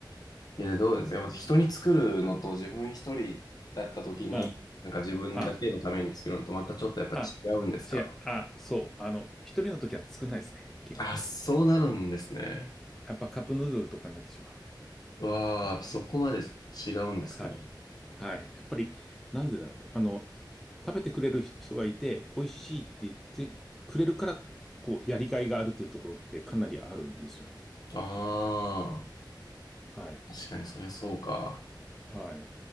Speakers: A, on the left; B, in the centre.
A: いや、どうですか。やっぱ人に作るのと自分一人だった時に、
B: あ、
A: なんか自分だけのために作るのとまたちょっとやっぱ違うんですか
B: あ、あ、違う、あ、そう。あの、一人のときは作んないですね。基本。
A: あ、そうなるんですね。
B: やっぱカップヌードルとかになってしまう。
A: わあ、そこまで違うんですね。
B: はい。はい。やっぱり、なんでだろう。あの、食べてくれる人がいて、美味しいって言ってくれるから、こう、やりがいがあるっていうところってかなりあるんですよね。
A: ああ、
B: はい。
A: 確かにそりゃそうか。
B: はい。